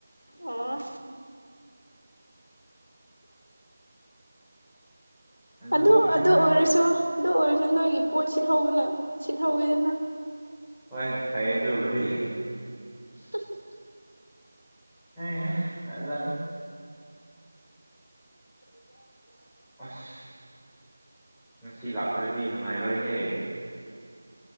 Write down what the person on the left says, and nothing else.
ꯑꯣ
ꯑꯗꯨ ꯑꯗꯨ ꯑꯣꯏꯔꯁꯨ ꯑꯗꯨ ꯑꯣꯏꯔꯁꯨ ꯅꯣꯏꯒꯤ ꯄꯣꯠ ꯁꯤꯠꯍꯧꯕꯅ ꯁꯤꯠꯍꯧꯋꯤꯗꯅ
<inaudible>
<inaudible>